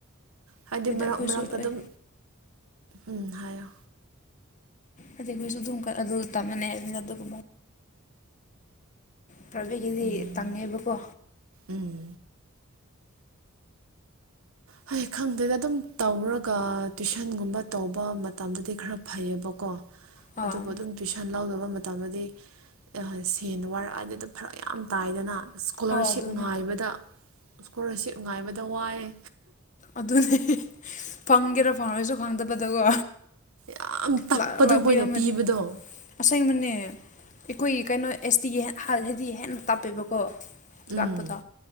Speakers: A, on the right; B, on the left.
A: ꯍꯥꯏꯗꯤ ꯃꯔꯛ
B: ꯑꯩꯈꯣꯏꯁꯨ
A: ꯃꯔꯛꯇ ꯑꯗꯨꯝ
B: ꯑꯩ
A: ꯎꯝ ꯍꯥꯏꯌꯣ
B: ꯑꯗꯨ ꯑꯩꯈꯣꯏꯁꯨ ꯑꯗꯨꯝ ꯑꯗꯨ ꯇꯥꯃꯟꯅꯩ ꯍꯥꯏꯕꯅꯤꯅ ꯑꯗꯨꯒ ꯄ꯭ꯔꯥꯏꯕꯦꯇꯒꯤꯗꯤ
A: ꯎꯝ
B: ꯇꯉꯦꯕꯀꯣ
A: ꯎꯝ ꯍꯣꯏ ꯈꯪꯗꯦꯗ ꯑꯗꯨꯝ ꯇꯧꯔꯒ ꯇꯨꯏꯁꯟꯒꯨꯝꯕ ꯇꯧꯕ ꯃꯇꯝꯗꯗꯤ ꯈꯔ ꯐꯩꯌꯦꯕꯀꯣ
B: ꯑꯥ
A: ꯑꯗꯨꯕꯨ ꯑꯗꯨꯝ ꯇꯨꯏꯁꯟ ꯂꯧꯗꯕ ꯃꯇꯝꯗꯗꯤ ꯁꯦꯟ ꯋꯥꯔꯛꯑ ꯑꯗꯨꯗ ꯐꯔꯛ ꯌꯥꯝ ꯇꯥꯏꯗꯅ ꯏꯁꯀꯣꯂꯥꯔꯁꯤꯞ
B: ꯑꯧ ꯑꯗꯨꯅꯦ
A: ꯉꯥꯏꯕꯗ ꯏꯁꯀꯣꯂꯥꯔꯁꯤꯞ ꯉꯥꯏꯕꯗ ꯋꯥꯏꯑꯦ
B: ꯑꯗꯨꯗꯤ ꯐꯪꯒꯦꯔꯥ ꯐꯪꯉꯣꯏꯁꯨ ꯈꯪꯗꯕꯗꯀꯣ
A: ꯌꯥꯝ ꯇꯞꯄꯗꯣ
B: ꯂꯥꯛ ꯂꯥꯛꯄꯤꯔꯝꯃꯗꯤ
A: ꯃꯣꯏꯅ ꯄꯤꯕꯗꯣ
B: ꯑꯁꯦꯡꯕꯅꯦ ꯑꯩꯈꯣꯏꯒꯤ ꯀꯩꯅꯣ ꯑꯦꯁ ꯇꯤꯒꯤ ꯍꯥꯏꯗꯤ ꯍꯦꯟꯅ ꯇꯞꯄꯦꯕꯀꯣ
A: ꯎꯝ
B: ꯂꯥꯛꯄꯗꯣ